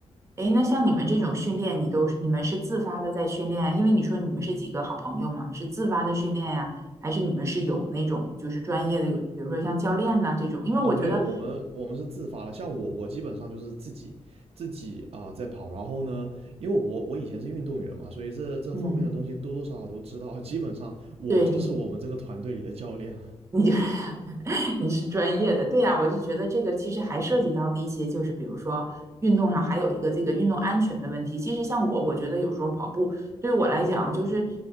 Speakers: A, on the right (about 25°); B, on the right (about 65°).
A: 哎，那像你们这种训练，你都是你们是自发的在训练？因为你说你们是几个好朋友嘛，是自发的训练呀，还是你们是有那种就是专业的有，比如说像教练呐、这种？因为我觉得，
B: 哦，没有，我们我们是自发的。像我，我基本上就是自己自己啊、在跑。然后呢，因为我我以前是运动员嘛，所以这这方面的东西多多少少都知道。
A: 嗯，
B: <laughs> 基本上我就是我们这个团队里的教练了。
A: 对对，你就是 <laughs> 你是专业的，对呀，我就觉得这个其实还涉及到的一些，就是比如说运动上还有一个这个运动安全的问题。其实像我，我觉得有时候跑步对于我来讲，就是